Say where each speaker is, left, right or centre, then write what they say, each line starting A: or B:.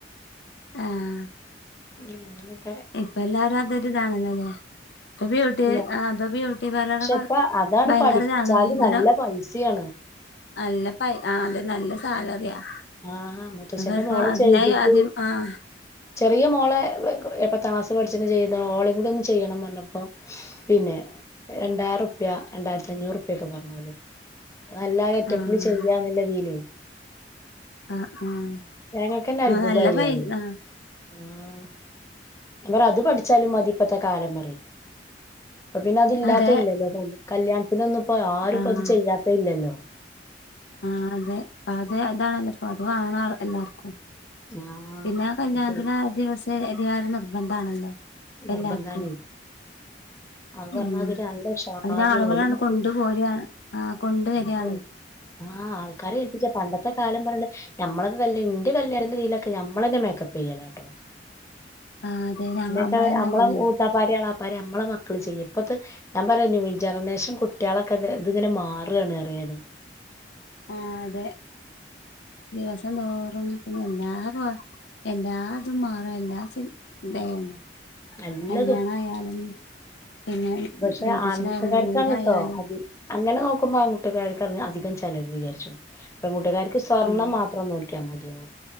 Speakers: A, on the left (about 70°); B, on the left (about 15°).
A: ആഹ
B: <inaudible>
A: ഇപ്പ എല്ലാരും അതൊരു ഇതാണല്ലോല്ലേ ഇപ്പൊ ബ്യൂട്ടി
B: ഇല്ല
A: ആ ഇപ്പൊ ബ്യൂട്ടി പാർലർക്ക
B: പക്ഷെ ഇപ്പ അതാണ്
A: ഭയങ്കര
B: പഠിച്ചാല്
A: ഇതാണ് ഭയങ്കര
B: നല്ല പൈസയാണ്
A: നല്ല ആ അത നല്ല <inaudible>
B: ആഹ മുത്തച്ഛശന്റെ
A: അത ഇപ്പൊ
B: മോള
A: അതിനായി
B: ചെയ്തിട്ട്
A: ആദ്യം ആഹ്
B: ചെറിയ മോളെ എ പത്താം ക്ലാസ് പഠിച്ച ചെയ്യത ഓളയും കൂടി ഒന്ന് ചെയ്യണം പറഞ്ഞപ്പോ പിന്നെ രണ്ടായിരം പ്യ രണ്ടായിരത്തി അഞ്ഞൂറ് റുപ്യ ഒക്കെ പറഞ്ഞല് നല്ല കറ്റപ്പില്
A: ആഹ്
B: ചെയ്യാ നല്ല തീലേ
A: ആഹ് ആഹ്
B: ഞങ്ങക്കന്നെ അത്ഭുതായി
A: ആഹ് നല്ല പൈസ്
B: പറയും
A: ആഹ്
B: ആഹ് ഞ പറ അത് പഠിച്ചാലും മതിപ്പത്തെ കാലം പറെ അപ്പൊ പിന്നെ അതില്ലാത്ത
A: അതെ
B: ഇല്ലല്ലോ കല്യാണ്ത്തിനൊന്നും ഇപ്പ ആര്പ്പോ
A: ആഹ്
B: ഇത് ചെയ്യാത്ത ഇല്ലല്ലോ
A: ആഹ് അതെ അതെ അതാണല്ലോപ്പ അത്വാണോ എല്ലാർക്കും
B: ആഹ്
A: പിന്നെ കല്യാണത്തിന്
B: അതെ
A: ദിവ <unintelligible> എത് നിർബന്ധ ആണല്ലോ
B: നിർബന്ധാണേ
A: എല്ലാർക്കും
B: അത് പറഞ്ഞാതിരി
A: ഉം
B: നല്ല ഉഷാറില്
A: അതിനെ ആളുകളണ്ട്
B: ഓല് മറ്റേ
A: കൊണ്ടുപോര ആഹ് കൊണ്ട്വര്യാണ്
B: അതാണേ. ആഹ് ആൾക്കാരെ ഏൽപ്പിച്ച പണ്ടത്തെ കാലം പറഞ്ഞ ഞമ്മളെക്കെ കല് ഇന്റെ കല്യാണന്റെറെ ഇതിയിലൊക്കെ ഞമ്മൾ തന്നെ മേക്കപ്പ് ചെയ്യലാട്ടോ
A: ആഹ് അതെ ഞങ്ങ നമ്മളന്നെ
B: എ അമ്മളം
A: അങ്ങനെയ്ന്നു
B: ഊട്ടാപ്പാരിയാളാ പര അമ്മള മക്കളും ചെയ്യും ഇപ്പത്തെ ഞാൻ പറയാ ന്യൂ ജറനേഷൻ കുട്ടികളൊക്കെ ഇത് ഇതിങ്ങനെ മാറുകാണ് അറിയാതെ
A: ആ അതെ ദിവസം തോറും പിന്നെ എന്നാ അ എല്ലാ ഇതും മാറും എല്ലാ സിം ഇതേണ്ടേ
B: നല്ല
A: കല്യാണായാലും പിന്നെ
B: പക്ഷെ
A: ബ്യൂട്ടീഷ്യനായാലും
B: ആൺകുട്ടുകാർക്കാണ്
A: വീടായാലും
B: ട്ടോ അതി അങ്ങനെ നോക്കുമ്പോ ആൺകുട്ടിക്കാർക്കാണ് അധി കം ചെലവ് വിചാരിച്ചു പ്പെ കൂട്ടുകാർക്ക് സ്വർണം
A: ആഹ്
B: മാത്രം നോക്കി യ മതിയാവും